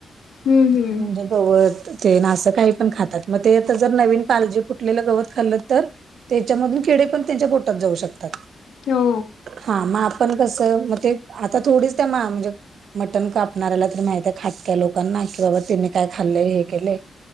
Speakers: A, on the left (about 80°); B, on the right (about 70°).
A: हं,
B: <inaudible> <unintelligible>
A: हं.
B: गवतं ते नां असं कांहीं पणं खातांत मंग ते आं जरं नवीन पालजी फुटलेलं गवतं खाल्लं तरं त्यांच्यामधील किडे पणं त्यांच्या पोटातं जाऊं शकतांत.
A: हो.
B: हां मंग आपणं कसं मंग ते आंता थोडीचं त्यां मां म्हणजे मटंन कापणाऱ्यांला तरं माहितयं खांटक्या लोकांना की बाबां त्यांनी कायं खाल्लंय हे केले आहे